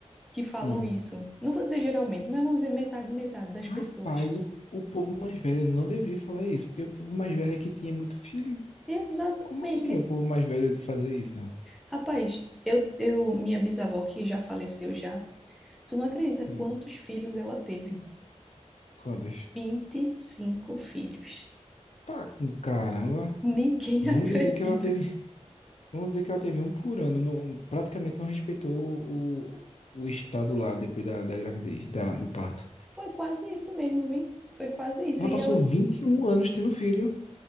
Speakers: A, in the centre; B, on the left.
A: que falam
B: Hum,
A: isso. Não vou dizer geralmente, mas vamos dizer metade, metade das
B: Rapaz,
A: pessoas.
B: o, o povo mais velho não devia falar isso, porque o povo mais velho é quem tinha muito filho.
A: Exatamente.
B: Como assim o povo mais velho de fazer isso?
A: Rapaz, eu, eu, minha bisavó que já faleceu já, tu não acredita quantos
B: hum.
A: filhos ela teve?
B: Quantas?
A: Vinte e cinco filhos.
B: Tá com caramba.
A: Ninguém
B: Vamos
A: <laughs> acredita.
B: dizer que ela teve, vamos dizer que ela teve um por ano, não- praticamente não respeitou o, o estado lá depois da, da gravidez, da, do parto.
A: Foi quase isso mesmo, vim. Foi quase isso.
B: Ela
A: E
B: passou
A: ela,
B: 21 anos tendo filho.